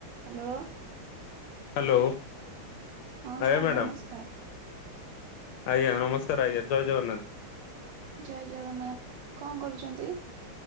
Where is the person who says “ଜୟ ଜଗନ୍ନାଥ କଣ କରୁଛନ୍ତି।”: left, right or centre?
Right